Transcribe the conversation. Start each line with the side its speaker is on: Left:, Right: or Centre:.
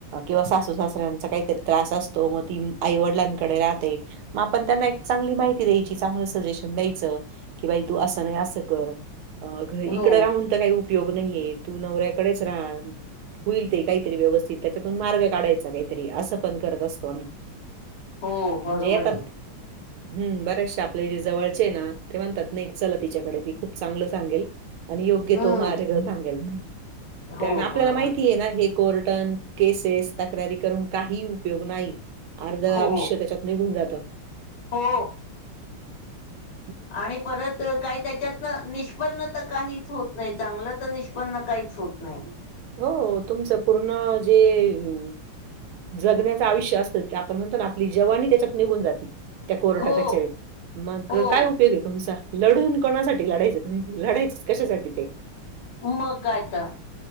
Right: किंवा सासू सासऱ्यांचा काहीतरी त्रास असतो. मग ती आईवडिलांकडे राहते. आपण त्यांना एक चांगली माहिती द्यायची, चांगलं सजेशन द्यायचं. कि बाई तू असं नाही असं कर. अ घ इकडे
Left: हो
Right: राहून काही उपयोग नाहीये, तू नवऱ्याकडेच राहा. होईल ते काहीतरी व्यवस्थित त्यातून मार्ग काढायचा काहीतरी. असं पण करत असतो आम्ही.
Left: हो बरोबर
Right: <inaudible> म्हणजे येतात
Left: आहे
Right: हम् बरेचशे आपले जे जवळचे ना. ते म्हणतात नाही चला तिच्याकडे, ती खूप चांगलं सांगेल. आणि योग्य
Left: हम्म
Right: तो मार्ग सांगेल
Left: हो
Right: कारण आपल्याला
Left: बरोबर
Right: माहितीय
Left: आहे
Right: ना हे, कोर्टन, केसेस, तक्रारी करून काही उपयोग नाही. अर्ध आयुष्य
Left: हो
Right: त्याच्या निघून जात.
Left: हो
Right: <inaudible>
Left: आणि परत काही त्याच्यात ना निष्पन्न तर काहीच होत नाही. चांगलं तर निष्पन्न काहीच होत नाही.
Right: हो. तुमचं पूर्ण जे <inaudible> जगण्याचं आयुष्य असतं ते आपण म्हणतो ना आपली जवानी त्याच्यात निघून जाती. त्या कोर्टकचेरीत
Left: हो
Right: मग
Left: हो
Right: काय उपयोग आहे तुमचा लढून कोणासाठी लढायचं लढायचं क कशासाठी ते?
Left: मग कायता?